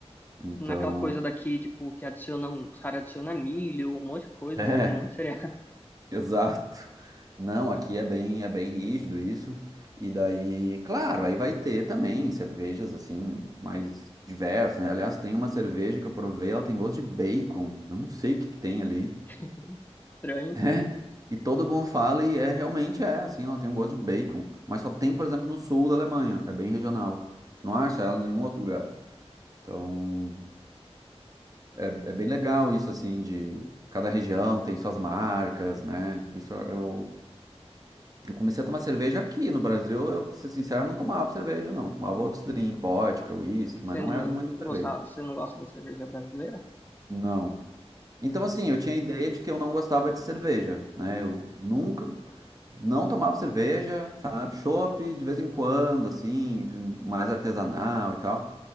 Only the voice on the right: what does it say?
Então...
<laughs>
<laughs> Exato. Não, aqui é bem, é bem rígido isso. E daí, claro, aí vai ter também cervejas assim mais diversas, né? Aliás, tem uma cerveja que eu provei, ela tem gosto de bacon. Eu não sei o que que tem ali. <laughs>
É. E todo mundo fala e é realmente é, assim, ela tem um gosto de bacon, mas só tem, por exemplo, no sul da Alemanha, é bem regional. Tu não acha ela em nenhum outro lugar. Então, é, é bem legal isso assim de cada região tem suas marcas, né? Isso eu Eu comecei a tomar cerveja aqui no Brasil. Eu, pra ser sincero, não tomava cerveja, não. Tomava outros drinks, vodka, uísque,
mas não
era muito cerveja.
Não. Então, assim,
eu tinha a ideia de que eu não gostava de cerveja, né? Eu nunca, não tomava cerveja, sabe? Chopp de vez em quando, assim, que- mais artesanal e tal.